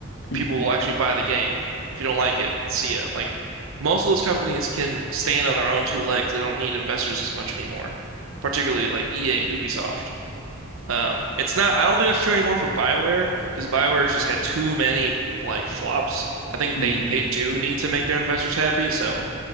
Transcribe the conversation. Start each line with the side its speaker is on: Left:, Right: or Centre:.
Left: Mhm.
Right: people will actually buy the game. If you don't like it, see ya. Like most of those companies can stand on their own two legs. They don't need investors as much anymore, particularly like EA and Ubisoft. Um, it's not, I don't think that's true anymore for BioWare because BioWare's just had too many like flops. I think
Left: Mhm.
Right: they they
Left: <laughs>
Right: do need to make their investors happy, so